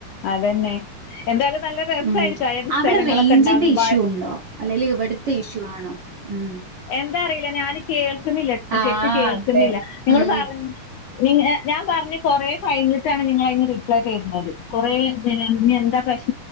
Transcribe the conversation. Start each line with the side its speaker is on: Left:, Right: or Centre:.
Left: അതന്നെ <inaudible> <unintelligible> എന്തായാലും നല്ല രസമായിരിക്കും
Right: ഉം
Left: അയാന്റെ
Right: അവിടെ
Left: സ്ഥലങ്ങളൊക്കെ
Right: റേഞ്ചിന്റെ
Left: ഉണ്ടാകുമ്പോ.
Right: ഇഷ്യൂ ഉണ്ടോ അല്ലെല് ഇവിടുത്തെ ഇഷ്യൂ ആണോ ഉം
Left: എന്താ അറിയില്ല ഞാന് കേൾക്കുന്നില്ല
Right: ആഹ്
Left: ശേക്ക് കേൾക്കുന്നില്ല
Right: അതെ
Left: നിങ്ങള്
Right: ഉം
Left: പറഞ്ഞ <inaudible> നി ഞാൻ പറഞ്ഞഞ് കൊറേ കഴിഞ്ഞിട്ടാണ് നിങ്ങള അന്ന് റിപ്ലൈ ചെയ്തുന്നത് കൊറേ പി എന്താ പ്രശ്ന <inaudible> <unintelligible>